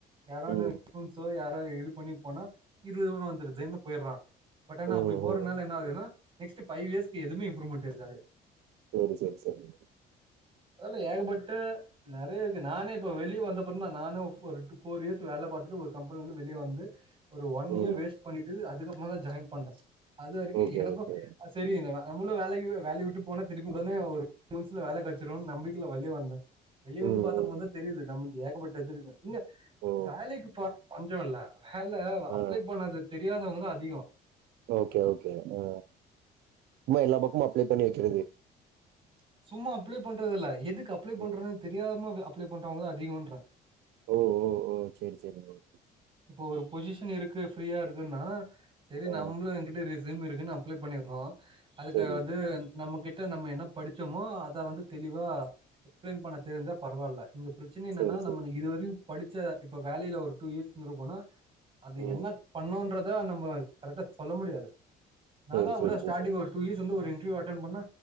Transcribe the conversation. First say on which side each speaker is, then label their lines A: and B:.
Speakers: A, on the right; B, on the right.
A: யாரா
B: ம்
A: <unintelligible> <unintelligible> இது பண்ணி போனா இது வந்துருதுன்னு போயிறா பட் ஆனா
B: ம்
A: அப்டி போறனால
B: ம்
A: என்ன ஆதுன்னா நெக்ஸ்ட்டு ஃபைவ் யேர்ஸ்கு எதுமே இம்ப்ரூவ்மென்ட் இருக்காது
B: சேரி சேரி சேரி <unintelligible>
A: அதெல்லா ஏகப்பட்ட நெறைய இருக்கு நானே இப்ப வெளிய வந்தப்றந்தா நானே ஒரு டூ ஃபோர் யேஸ் வேல பாத்துட்டு ஒரு கம்பெனில வந்து வெளிய வந்து ஒரு ஒன்
B: ம்
A: யேர் வேஸ்ட் பண்ணிட்டு அத் அதுக்கப்மாதா ஜாய்ன் பண்ணே அது வரிக்கு
B: ஓகே
A: எனக்கு
B: ஓகே
A: அ செரி <unintelligible> நம்மளு வேலை வேலை விட்டு போனா திருப்பி உடனே ஒரு <unintelligible> வேலை கெ டச்சுரு நம்பிக்கில வெளிய வந்த வெளிய வந்து
B: ம்
A: பாத்தமோதுதா
B: ம்
A: தெரியுது நம்மளுக் ஏகப்பட்ட இது இருக்கு ங்க
B: ஓ
A: வேலைக்கு போ பஞ்சோ இல்ல ஹல்ல
B: ஆ
A: அப்ளை பண்ணது தெரியாதவங் க அதிகோ
B: ஓகே ஓகே ஆ சும்மா எல்லா பக்கமு அப்ளே பண்ணி வெக்கிறது
A: ச்ச் சும்மா அப்ளே பண்றதில்ல எதுக் கு அப்ளை பண்றதுன்
B: ம்
A: தெரியாம <unintelligible> அப்ளே பண்றவங்கதா அதிகோன்ற
B: ஓ ஓ ஓ சேரி சேரி ஓகே
A: இப்போ ஒரு பொசிஷன் இருக்கு ஃப்ரீயா இருக்குன்னா செரி
B: ஆ
A: நம்ளு என்கிட்ட <unintelligible> <unintelligible> இருக்குன்னு அப்ளே பண்ணிர்றோ அதுக்கு
B: சேரி
A: வந்து நம்ம கிட் <unintelligible> நம்ம என்ன படிச்சமோ அத வந்து தெளிவா எக்ஸ்ப்ளைன் பண்ண தெரிஞ்சா பரவால்ல இங்க ப்ரச்சின என்னன்னா
B: சேரி
A: நம்மன
B: சேரி
A: இதுவரியு படிச்ச இப்ப வேலயில ஒரு டூ யேஸ் ருப்பனா அது
B: ம்
A: என்ன பண்ணு றதா நம்ம கரெக்டா சொல்ல முடியாது நாலா
B: சேரி
A: அப்டி
B: சேரி
A: தான் ஸ்டார்டிங்
B: சேரி
A: ஒரு டூ இயர்ஸ் வந்து ஒரு ன்டர்வுயூ அட்டன் பண்ணா